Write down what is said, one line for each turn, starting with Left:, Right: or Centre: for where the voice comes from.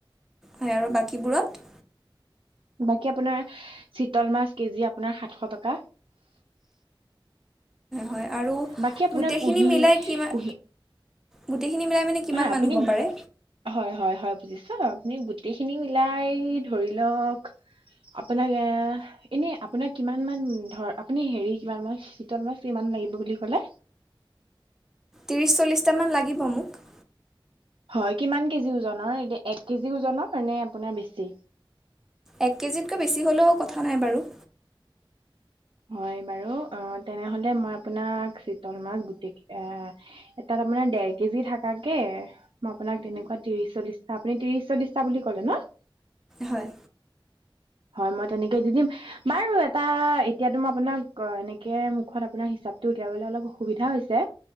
Centre: হয় আৰু বাকীবোৰত।
Right: বাকী আপোনাৰ চিতল মাছ কেজি আপোনাৰ সাতশ টকা।
Centre: হয় হয়। আৰু
Right: বাকী আপোনাৰ
Centre: গোটেইখিনি
Right: কুঁহি
Centre: মিলাই কিমান
Right: কুহি।
Centre: গোটেইখিনি মিলাই মানে কিমান
Right: হয়
Centre: মান
Right: আপুনি
Centre: হ'ব পাৰে
Right: হয় হয় হয়। বুজিছ আপুনি গোটেইখিনি মিলাই ধৰি লওঁক। আপোনাক এ এনে আপোনাক কিমান মান ধৰ আপুনি হেৰি কিমান মান চিতল মাছ কিমান। লাগিব বুলি কলে।
Centre: ত্ৰিছ চল্লিছটামান লাগিব মোক।
Right: হয় কিমান কেজি ওজনৰ এক কেজি ওজনৰ নে আপোনাৰ বেছি।
Centre: এক কেজিতকৈ বেছি হ'লেও কথা নাই বাৰু।
Right: হয় বাৰু অ তেনেহলে মই আপোনাক চিতল মাছ গোটই কেইটা, এটাৰ আপোনাৰ দেৰ কেজি থাকে মই আপোনাক তেনেকুৱা ত্ৰিশ চল্লিশটা আপুনি ত্ৰিশ চল্লিশটা বুলি ক'লে ন? <inaudible>
Centre: হয়।
Right: হয় মই তেনেকে দি দিম। বাৰু এটা এতিয়াতো মই আপোনাক এনেকে মুখত আপোনাৰ হিচাপটো উলিয়াবলৈ অলপ অসুবিধা হৈছে।